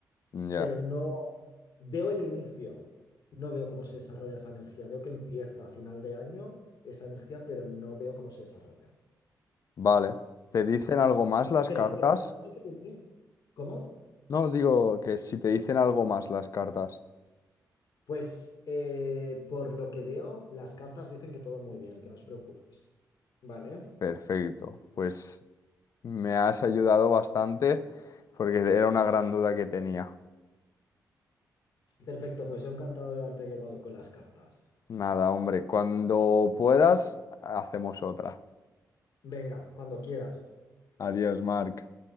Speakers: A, on the left (about 55°); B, on the left (about 70°).
A: Ya,
B: pero no veo el inicio, no veo cómo se desarrolla esa energía, veo que empieza a final de año esa energía, pero no veo cómo se desarrolla.
A: vale. ¿Te dicen algo más las
B: Pero
A: cartas?
B: por el pasado que tenéis, ¿cómo?
A: No, digo que si te dicen algo más las cartas.
B: Pues eh, por lo que veo, las cartas dicen que todo muy bien, que no os preocupéis. Vale,
A: Perfecto. Pues me has ayudado bastante porque era una gran duda que tenía.
B: perfecto, pues yo encantado de haberte ayudado con las cartas.
A: Nada, hombre, cuando puedas, hacemos otra.
B: Venga, cuando quieras.
A: Adiós, Marc.